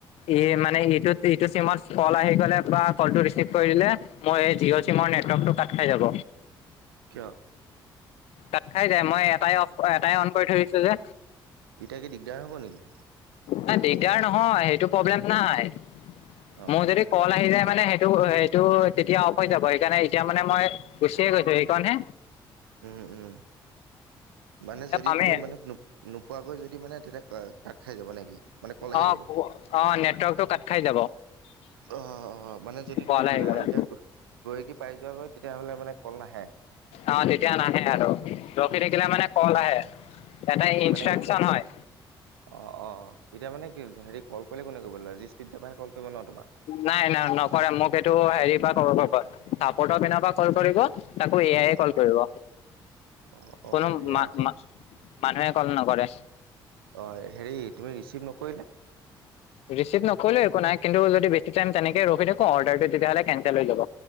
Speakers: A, on the left (about 55°); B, on the right (about 80°).
A: ই মানে ইটোত ইটো চিমত কল আহি গ'লে বা কলটো ৰিচিভ কৰিলে মই এই জিঅ' চিমৰ নেটৱৰ্কটো কাট খাই যাব
B: কিয়
A: কাট খাই যায় মই এটাই অফ এটাই অন কৰি থৈ দিছো যে
B: এতিয়া কি দিগদাৰ হ'ব নেকি
A: নাই দিগদাৰ নহয় সেইটো প্ৰব্লেম নাই
B: অ
A: মোৰ যদি কল আহি যায় মানে সেইটো সেইটো তেতিয়া অফ হৈ যাব সেইকাৰণে এতিয়া মানে মই গুছিয়ে গৈছে সেই কাৰণে
B: উম উম, মানে যদি
A: এ পামেই
B: তুমি মানে নোপ- নোপোৱাকৈ যদি মানে তেতিয়া কা কাট খাই যাব নেকি মানে কল আহি
A: অ
B: যাব
A: অ নেটৱৰ্কটো কাট খাই যাব
B: অ', অ', মানে যদি
A: কল
B: তুমি
A: আহি
B: গৈ
A: গ'লে
B: আ, এতিয়া গ গৈ কি পাই যোৱাগৈ তেতিয়াহ'লে মানে কল নাহে।
A: অ', তেতিয়া নাহে আৰু ৰখি থাকিলে মানে কল আহে, এটা ইনষ্ট্ৰাকচন
B: মানে
A: হয়।
B: অ', অ', অ', এতিয়া মানে কি হেৰি কল কৰিলে কোনে কৰিব লেজিস্পীটছৰ পাহে কল কৰিব ন তোমাক?
A: নাই নাই নকৰে মোক সেইটো হেৰি পৰা কল কৰিব <unintelligible> পিনৰ পৰা কল কৰিব। তাকো এ আই
B: অ
A: এ কল কৰিব
B: অ
A: কোনো
B: অ এয়াই
A: মা
B: গ'ল
A: মা মানুহে কল নকৰে।
B: অ', হেৰি তুমি ৰিচিভ নকৰিলে? <inaudible>
A: ৰিচিভ নকৰিলেও একো নাই কিন্তু যদি বেছি টাইম তেনেকে ৰখি থাকো অৰ্ডাৰটো তেতিয়াহ'লে কেনঞ্চেল হৈ যাব।